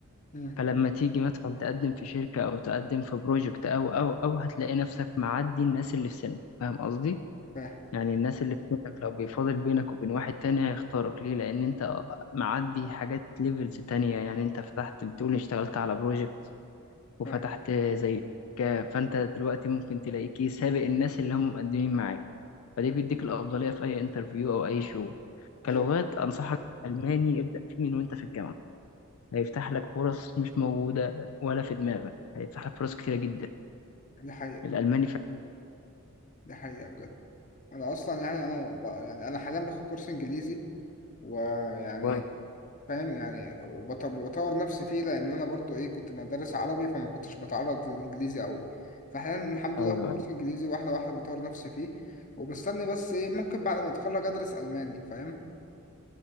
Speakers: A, on the left (about 40°); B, on the left (about 75°).
A: مم.
B: فلما تيجي مثلا تقدم في شركة او تقدم في بروجكت او او او هتلاقي نفسك معدي الناس اللي في سنك فاهم قصدي
A: فاهم
B: يعني الناس اللي في بينك لو بيفاضل بينك وبين واحد تاني هيختارك ليه لأن أنت معدي حاجات ليفلز تانية يعني أنت فتحت بتقول اشتغلت على بروجكت وفتحت
A: فاهم
B: زي ك- فأنت دلوقتي ممكن تلاقيك إيه، سابق الناس اللي هم مقدمين معاك فده بيديك الأفضلية في أي انترفيو أو أي شغل كلغات
A: ايوه
B: أنصحك ألماني ابدأ فيه من وأنت في الجامعة هيفتح لك فرص مش موجودة ولا في دماغك هيفتح لك فرص كتيرة جدا
A: دي حقيقة
B: الألماني فعلا
A: دي حقيقة بجد انا اصلا يعني انا ب... يعني انا حاليا باخد كورس انجليزي ويعني
B: كويس.
A: فاهم يعني وبطور نفسي فيه لان انا برضو ايه كنت مدرس عربي فما كنتش بتعرض للانجليزي قوي فحاليا الحمد
B: أيوه
A: لله باخد كورس
B: أيوه
A: انجليزي واحده واحده بطور نفسي فيه وبستني بس ايه ممكن بعد ما اتخرج ادرس الماني فاهم